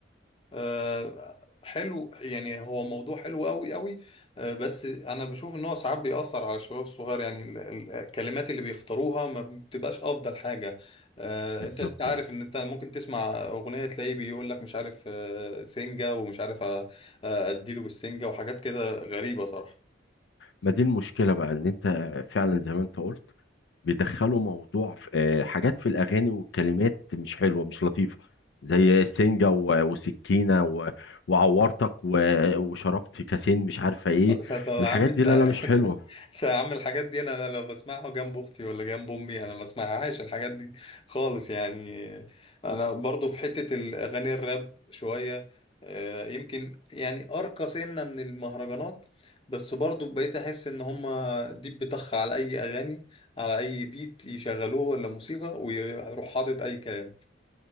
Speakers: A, on the left; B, on the left.
A: آه، حلو يعني هو موضوع حلو قوي قوي آه، بس انا بشوف ان هو ساعات بيأثر على الشباب الصغير يعني ال- ال- الكلمات اللي بيختاروها ما بتبقاش افضل حاجة آه،
B: بالظبط
A: انت عارف ان انت ممكن تسمع اغنية تلاقيه بيقول لك مش عارف آه، سنجة ومش عارف آه، آه، اديله بالسنجة وحاجات كده غريبة صراحة
B: ما دي المشكلة بقى ان انت فعلا زي ما انت قلت بيدخلوا موضوع في آه، حاجات في الاغاني والكلمات مش حلوة مش لطيفة زي سنجة و- وسكينة و- وعورتك و- وشربت كاسين مش عارفة ايه
A: طب يا
B: الحاجات
A: عم انت
B: دي لا لا مش حلوة
A: <laughs> يا عم الحاجات دي انا انا لو بسمعها جنب اختي ولا جنب امي انا ما بسمعهاش الحاجات دي خالص يعني انا برضو في حتة الاغاني الراب شوية آه، يمكن يعني ارقى سنة من المهرجانات بس برضو بقيت احس ان هما دي بتخ على اي اغاني على اي بيت يشغلوه ولا موسيقى ويروح حاطط اي كلام